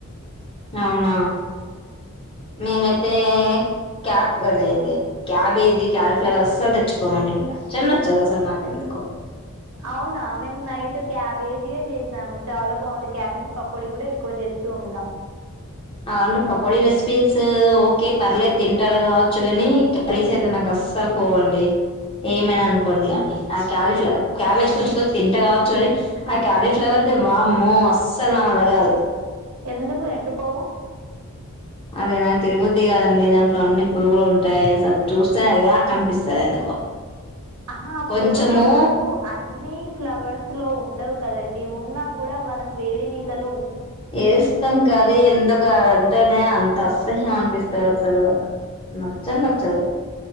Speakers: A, on the left; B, on the right.
A: అవునా మేమైతే క్యాప్ అద ఏంది క్యాబేజీ క్యాలిఫ్లవర్ అసలు తెచ్చుకోమండి నచ్చ నే నచ్చదు అసలు నాకు ఎందుకో
B: అవునా మేము నైట్ క్యాబేజీయే చేసాము చాలా బాగుంది క్యాబేజ్ పకోడి కూడా ఎక్కువ చేస్తూ ఉంటాం
A: అలాంటే పకోడి రెసిపీస్ ఓకే పర్లే తింటారు కావచ్చు కాని కర్రీస్ అయితే నాకు అస్సలు పోవండి ఏమైనా అనుకోండి కాని ఆ క్యాలీఫ్ల క్యాబేజ్ కొంచెం కొ తింట కావచ్చు కాని ఆ క్యాలీఫ్లవర్ అయితే వామ్మో అస్సలు నా వల్లా కాదు
B: ఎందుకు ఎటు పోవు
A: అదేనా తినబుద్ధి కాదండి దాంట్లో అన్ని పురుగులు ఉంటాయి అసలు చూస్తేనే వ్యాక్ అనిపిస్తాది ఎందుకో
B: ఆహా
A: కొంచెము
B: పురుగులు అన్ని ఫ్లవర్స్ లో ఉండవు కదండి ఇది ఉన్నా కూడా మనం వేడి నీళ్ళలో ఉ
A: వేస్తాం కర్రి ఎందుకా అంటేనే అసహ్యం అనిపిస్తది అసలు నచ్చను నచ్చదు